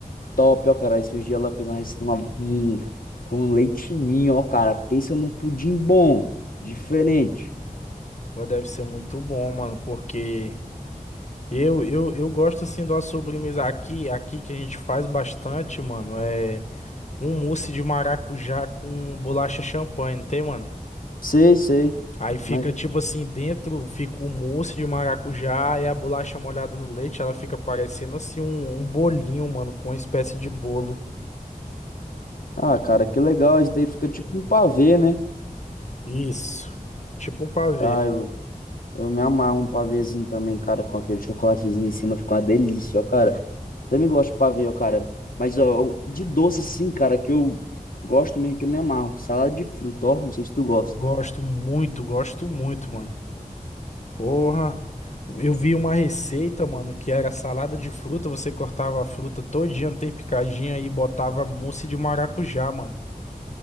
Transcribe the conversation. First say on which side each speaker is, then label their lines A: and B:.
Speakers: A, on the left; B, on the left.
A: top, ó, cara. Esses dias ela fez uma receita uma com, com leite ninho, ó, cara. Pensa num pudim bom, diferente.
B: Mas deve ser muito bom, mano, porque eu, eu, eu gosto, assim, de uma sobremesa aqui, aqui que a gente faz bastante, mano, é um mousse de maracujá com bolacha champanhe, não tem, mano?
A: Sei, sei.
B: Aí fica,
A: Mas,
B: tipo assim, dentro fica o mousse de maracujá e a bolacha molhada no leite, ela fica parecendo, assim, um, um bolinho, mano, com uma espécie de bolo.
A: ah, cara, que legal. Isso daí fica tipo um pavê, né?
B: Isso, tipo um pavê.
A: Ah, eu Eu me amarro um pavêzinho também, cara, com aquele chocolatezinho em cima, fica uma delícia, ó, cara. Também gosto de pavê, ó, cara. Mas, ó, um, de doce, sim cara, que eu gosto mesmo, que eu me amarro. Salada de fruta, ó, não sei se tu gosta.
B: Gosto muito, gosto muito, mano. Porra, eu vi uma receita, mano, que era salada de fruta, você cortava a fruta todinha, tem picadinha e botava mousse de maracujá, mano.